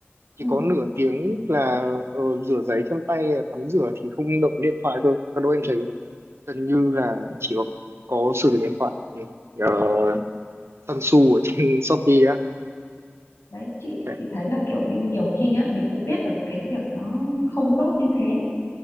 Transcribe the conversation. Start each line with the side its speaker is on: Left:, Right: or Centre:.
Right: chỉ
Left: ừ.
Right: có nửa tiếng là ờ, rửa giấy chân tay tắm rửa thì không động điện thoại thôi còn đâu em thấy gần như là chỉ có, có sử dụng điện thoại để uh, săn su ở trên <laughs> Shopee á
Left: đấy chị
Right: Đấy.
Left: chị thấy là kiểu như nhiều khi á mình cũng biết được cái việc nó không tốt như thế